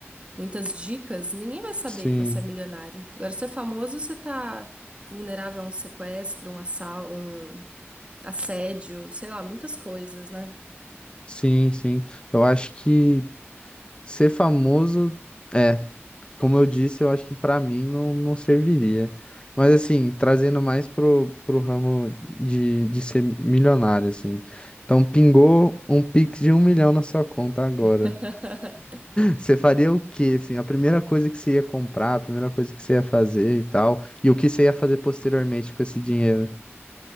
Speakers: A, on the right; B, on the left.
A: muitas dicas, ninguém vai saber
B: Sim,
A: que você é milionário. Agora, se é famoso, você tá vulnerável a um sequestro, um assal, um assédio, sei lá, muitas coisas, né?
B: sim, sim. Eu acho que ser famoso, é, como eu disse, eu acho que pra mim não, não serviria. Mas assim, trazendo mais pro, pro ramo de, de ser milionário, assim. Então, pingou um Pix de um milhão na sua conta agora.
A: <laughs>
B: Você faria o quê, assim? A primeira coisa que você ia comprar, a primeira coisa que você ia fazer e tal, e o que você ia fazer posteriormente com esse dinheiro?